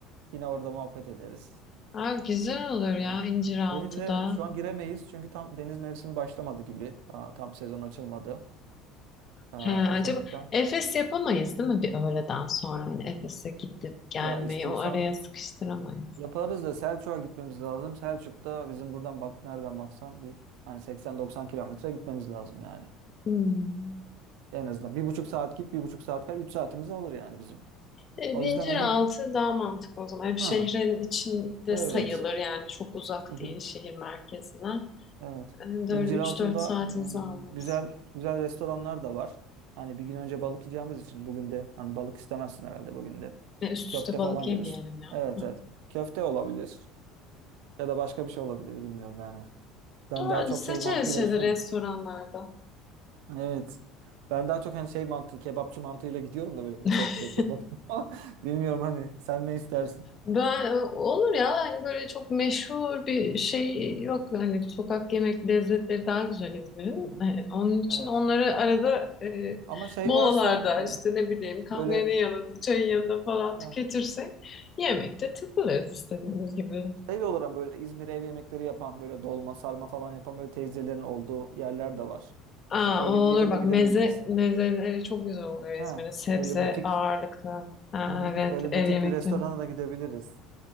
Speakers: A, on the right; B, on the left.
A: yine orada muhabbet ederiz.
B: <laughs> Aa, güzel
A: Hmm.
B: olur ya İnciraltı'da.
A: Denize şu an giremeyiz çünkü tam deniz mevsimi başlamadı gibi. Daha tam sezon açılmadı. Ee,
B: He, acaba
A: o sebepten
B: Efes yapamayız değil mi bir öğleden sonra? Hani Efes'e gidip gelmeyi
A: ya istiyorsan
B: o araya sıkıştıramayız.
A: Yaparız da Selçuk'a gitmemiz lazım. Selçuk'ta bizim buradan bak nereden baksan bir hani 80-90 kilometre gitmemiz lazım yani.
B: Hmm.
A: En azından bir buçuk saat git, bir buçuk saat kal, üç saatimizi alır yani bizim.
B: E,
A: O
B: bir
A: yüzden
B: İnciraltı
A: onu
B: daha mantıklı o zaman. Hem şehrin
A: ha
B: içinde
A: evet.
B: sayılır yani çok uzak
A: Hı hı,
B: değil şehir merkezine.
A: Evet.
B: Hem de
A: İnciraltı'nda
B: öyle 3-4 saatimizi
A: e,
B: almaz.
A: güzel güzel restoranlar da var. Hani bir gün önce balık yiyeceğimiz için bugün de hani balık istemezsin herhalde bugün de.
B: E, üst
A: Köfte
B: üste balık
A: falan yeriz.
B: yemeyelim ya.
A: Evet
B: Hı.
A: evet. Köfte olabilir ya da başka bir şey olabilir bilmiyorum yani. Ben
B: Ama
A: daha çok
B: seçeriz
A: şey mantığıyla
B: şeyde
A: düşünüyorum.
B: restoranlarda.
A: Evet. Ben daha çok hani şey mantığı, kebapçı mantığıyla gidiyorum da böyle
B: <laughs>
A: köfte, kebap. <laughs> Bilmiyorum hani sen ne istersin?
B: Ben e, olur ya hani böyle çok meşhur bir şey yok hani sokak yemek lezzetleri daha güzel İzmir'in.
A: Hı hı.
B: E, onun için
A: Evet.
B: onları arada e,
A: Ama şey
B: molalarda
A: varsa e,
B: işte ne bileyim kahvenin
A: böyle
B: yanında çayın yanında falan
A: ha,
B: tüketirsek yemekte takılırız istediğimiz gibi.
A: şey de olur ama böyle İzmir ev yemekleri yapan böyle dolma, sarma falan yapan böyle teyzelerin olduğu yerler de var.
B: Aa,
A: Mesela öyle
B: o olur
A: bir yere
B: bak
A: de gidebiliriz.
B: meze mezeleri çok güzel oluyor
A: Ha,
B: İzmir'in sebze
A: böyle butik.
B: ağırlıklı. Aa,
A: Hı hı.
B: evet
A: Böyle
B: ev
A: butik
B: yemekte.
A: bir restorana da gidebiliriz.